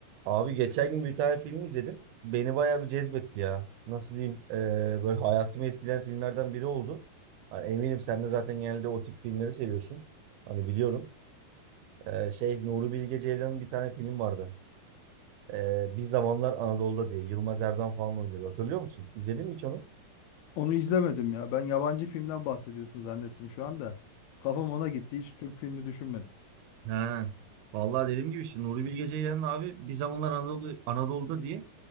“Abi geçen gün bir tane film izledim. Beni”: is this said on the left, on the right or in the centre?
Right